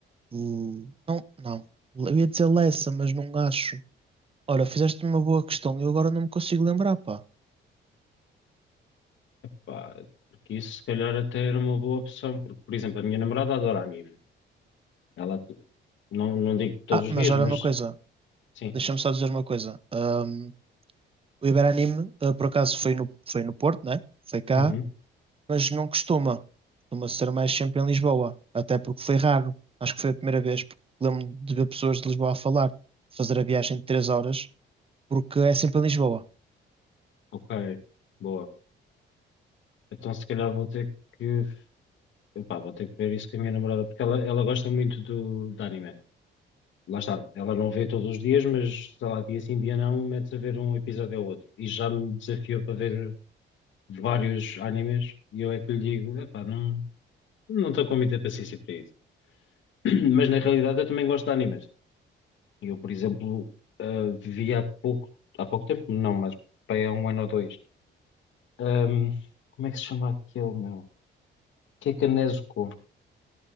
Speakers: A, on the right (about 30°); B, on the left (about 70°).
A: de... Não, não. Eu ia dizer Lessa, mas não acho. Ora, fizeste uma boa questão. Eu agora não me consigo lembrar, pá.
B: Pá, porque isso se calhar até era uma boa opção, porque, por exemplo, a minha namorada adora anime. Ela, não, não digo todos
A: Ah,
B: os
A: mas
B: dias,
A: olha
B: mas
A: uma coisa.
B: sim.
A: Deixa-me só dizer uma coisa. Ahm, o Iberanime, ah, por acaso, foi no, foi no Porto, né? Foi cá.
B: Uhum.
A: Mas não costuma. Costuma ser mais sempre em Lisboa. Até porque foi raro. Acho que foi a primeira vez. Porque lembro-me de ver pessoas de Lisboa a falar. Fazer a viagem de três horas. Porque é sempre em Lisboa.
B: Ok, boa. Então se calhar vou ter que, epá, vou ter que ver isso com a minha namorada, porque ela, ela gosta muito do, de anime. Lá está, ela não vê todos os dias, mas sei lá, dia sim, dia não, mete-se a ver um episódio ou outro. E já me desafiou para ver vários animes, e eu é que lhe digo, epá, não, não estou com muita paciência para isso. <clears throat> Mas na realidade eu também gosto de animes. Eu, por exemplo, ah, vi há pouco, há pouco tempo, não, mas bem, há um ano ou dois. Ahm, como é que se chama aquele, meu? Kekanezuko.